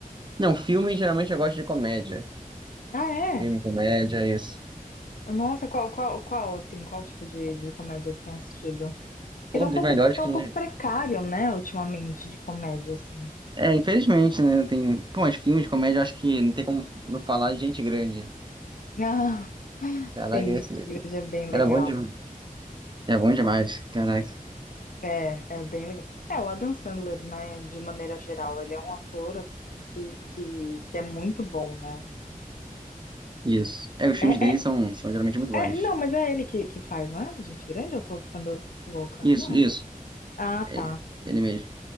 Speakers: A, on the right; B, on the left.
A: Não, filme geralmente eu gosto de comédia.
B: Ah, é?
A: Filme, comédia, isso.
B: Nossa, qual, qual, qual, assim, qual tipo de, de comédia você tem assistido? Porque
A: Um
B: tá um
A: dos
B: pouco,
A: melhores
B: tá
A: que
B: um
A: a
B: pouco
A: gente...
B: precário, né, ultimamente, de comédia, assim.
A: É, infelizmente, né? Tem... Pô, mas filmes de comédia eu acho que não tem como não falar de gente grande.
B: <laughs> Ah,
A: Caraca,
B: sim,
A: esse...
B: gente, Igreja é bem
A: era
B: legal.
A: bom demais. É bom demais, caraca.
B: É, é bem legal. É, o Adam Sandler, né, de maneira geral, ele é um ator, assim, que, que, que é muito bom, né?
A: Isso. É, os
B: É,
A: filmes dele
B: é,
A: são, são geralmente muito
B: É,
A: bons.
B: não, mas é ele que, que faz, não é? Gente grande, eu tô ficando louca.
A: Isso,
B: Não.
A: isso.
B: Ah, tá.
A: Ele, ele mesmo.